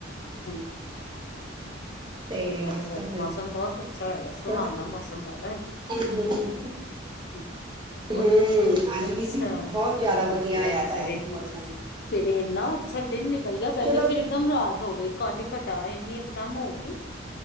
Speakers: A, on the left; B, on the right.
A: ਹਂ
B: ਤੇ
A: ਬਸ
B: ਤਾਂ
A: ਅੱਜ ਮੌਸਮ ਬੌਤ ਅੱਛਾ ਹੋਯੈ ਦੈ, ਸੁਹਾਵਨਾ
B: ਹੂੰ
A: ਮੌਸਮ ਹੋਯੈਦੈ ਅੱਜ।
B: ਹੂੰ
A: ਬੌਤ
B: ਹੂੰ ਅੱਜ
A: ਅੱਛਾ,
B: ਵੀ ਬਹੁਤ ਜ਼ਿਆਦਾ
A: ਹਾਂਜੀ
B: ਵਧੀਆ
A: ਆ
B: ਹੋਇਆ
A: ਤੁਸੀਂ
B: ਦਾ ਹੈ
A: ਵੀ
B: ਮੌਸਮ
A: ਫੇਰ ਏਨਾਂ ਅੱਛਾ ਦਿਨ ਨਿਕਲ ਗਿਆ ਪੈਲੇ
B: ਚਲੋ
A: ਫਿਰ ਇਕਦਮ ਰਾਤ ਹੋ ਗਈ, ਕਾਲੀ ਘੱਟਾ ਇੰਨੀ ਇਕਦਮ ਹੋ ਗੀ।